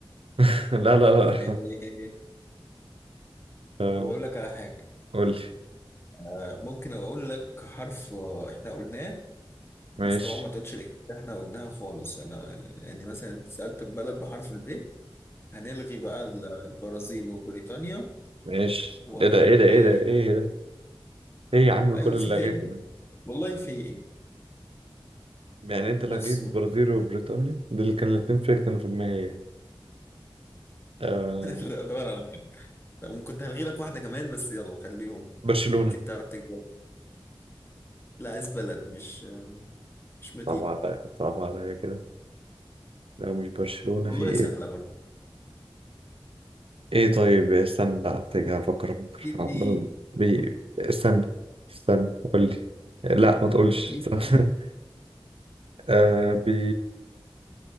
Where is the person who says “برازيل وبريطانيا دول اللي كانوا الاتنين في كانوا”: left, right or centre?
Right